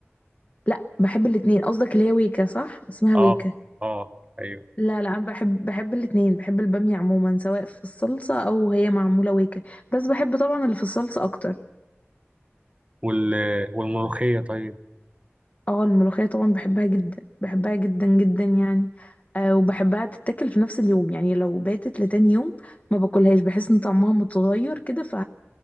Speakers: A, on the left; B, on the right.
A: لا بحب الاتنين قصدك اللي هي ويكا صح اسمها
B: اه
A: ويكا
B: اه أيوه
A: لا لا انا بحب بحب الاتنين بحب البامية عموما سواء في الصلصة او هي معمولة ويكا بس بحب طبعا اللي في الصلصة اكتر
B: وال والملوخية طيب
A: اه الملوخية طبعا بحبها جدا بحبها جدا جدا يعني آه وبحبها تتاكل في نفس اليوم يعني لو باتت لتاني يوم ما باكلهاش بحس ان طعمها متغير كده ف